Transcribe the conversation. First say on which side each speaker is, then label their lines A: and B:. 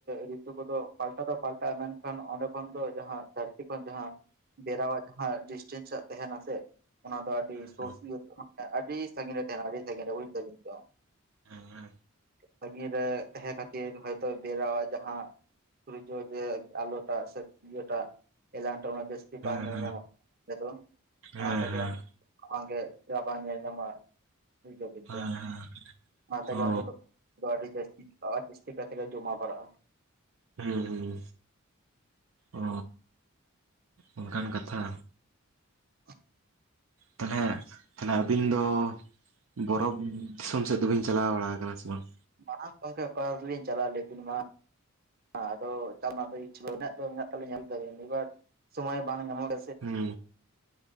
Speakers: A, on the right; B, on the right.
A: ᱨᱤ ᱟᱹᱛᱩ ᱠᱚᱫᱚ ᱯᱟᱞᱴᱟ ᱫᱚ ᱯᱟᱞᱴᱟᱜᱼᱟ ᱢᱮᱱᱠᱷᱟᱱ ᱚᱸᱰᱮ ᱠᱷᱚᱱ ᱫᱚ ᱡᱟᱦᱟᱸ ᱫᱷᱟᱹᱨᱛᱤ ᱠᱷᱚᱱ ᱡᱟᱦᱟᱸ ᱵᱮᱨᱟᱣᱟ ᱦ ᱰᱤᱥᱴᱮᱱᱥᱟᱜ ᱛᱟᱦᱮᱱᱟ ᱥᱮ ᱚᱱᱟ ᱫᱚ ᱟᱹᱰᱤ
B: ᱦᱮᱸ
A: ᱥᱚᱨᱳᱥ ᱤᱭᱟ ᱟᱹᱰᱤ ᱥᱺᱤᱧ ᱛᱟᱦᱮᱱᱟ ᱟᱹᱰᱤ ᱥᱟᱹᱜᱤᱧ ᱨᱮ ᱛᱟᱦᱮᱱᱟ᱾ᱵᱩᱪᱫᱟᱵᱤᱱ ᱛᱚ᱾
B: ᱦᱮᱸ
A: ᱵᱷᱟᱹᱜᱤ ᱨᱮ ᱛᱟᱦᱮᱸ ᱠᱷᱟᱹᱛᱤᱨ ᱦᱳᱭᱛᱳ ᱵᱮᱨᱟ ᱟᱜ ᱡᱟᱦᱟᱸ᱾ ᱡᱮ ᱟᱞᱳᱴᱟ ᱥᱮ ᱤᱭᱟᱹᱴᱟ ᱮᱞᱟᱝᱴᱟ ᱩᱱᱟᱹᱜ ᱡᱟᱹᱥ
B: ᱦᱮᱸ
A: ᱵᱟᱝ ᱧᱮ
B: ᱦᱮᱸ
A: ᱧᱟᱢᱚᱜ-ᱟ ᱚᱱᱟ ᱫᱚ
B: ᱦᱮᱸ
A: ᱚᱱᱟ ᱛᱮᱜᱮ
B: ᱦᱮᱸ
A: ᱟᱜᱮ ᱵᱟᱝ ᱧᱮᱞ ᱧᱟᱢᱚᱜ-ᱟ᱾ ᱵᱩᱫᱷᱚ ᱫᱟᱵᱤᱱ
B: ᱦᱮᱸ
A: ᱛᱚ
B: ᱦᱮᱸ
A: ᱚᱱᱟ ᱛᱮᱜᱮ
B: ᱚ
A: ᱚᱱᱛᱮ ᱫᱚ᱾ ᱫᱚ ᱟᱹᱰᱤ ᱡᱟᱹᱥᱛᱤ ᱟᱨ ᱡᱟᱹᱥᱛᱤ ᱠᱟᱭᱛᱮ ᱜᱮ ᱡᱚᱢᱟ ᱵᱟᱲᱟᱜ-ᱟ᱾
B: ᱦᱩᱸ ᱦᱩᱸ ᱚ ᱚᱱᱠᱟᱱ ᱠᱟᱛᱷᱟ᱾
A: <inaudible>
B: ᱛᱟᱞᱦᱮ ᱟᱹᱵᱤᱱ ᱫᱚ᱾ ᱵᱚᱨᱚᱯᱷ ᱫᱤᱥᱚᱢ ᱥᱮᱜ ᱫᱚ ᱵᱤᱱ ᱪᱟᱞᱟᱣ ᱵᱟᱲᱟᱣ ᱟᱠᱟᱱᱟ ᱥᱮ ᱵᱟᱝ?
A: ᱢᱟᱨᱟᱝ ᱜᱚᱢᱠᱮ ᱚᱠᱟ ᱨᱮᱞᱤᱧ ᱪᱟᱞᱟ ᱞᱮᱹᱵᱤᱱ ᱢᱟ᱾ ᱦᱟᱸ ᱟᱫᱚ ᱪᱟᱞ ᱱᱟᱜ ᱫᱚ ᱤᱪᱷᱟᱹ ᱢᱮᱱᱟᱜ ᱫᱚ ᱢᱮᱱᱟᱜ ᱫᱚ ᱛᱟᱞᱤᱧᱟ ᱵᱩᱡ ᱫᱟᱵᱤᱱ ᱮᱵᱟᱨ ᱥᱚᱢᱚᱭ ᱵᱟᱝ ᱧᱟᱢᱚᱜ᱾ <inaudible>
B: ᱦᱩᱸ